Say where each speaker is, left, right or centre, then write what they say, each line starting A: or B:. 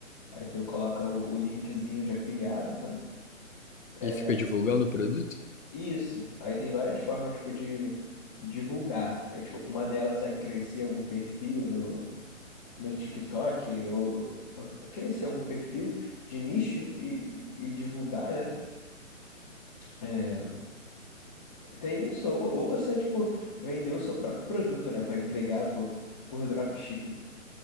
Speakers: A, on the left; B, on the left.
A: Aí você coloca o, o linkzinho de afiliado, sabe? É,
B: E fica divulgando o produto?
A: isso. Aí tem várias formas tipo, de divulgar. É, tipo, uma delas é crescer algum perfil no, no TikTok, ou ou crescer algum perfil de nicho e, e e divulgar, né? É, Tem isso, ou, ou você, tipo, vender o seu próprio produto, né, para entregar por, por dropshipping.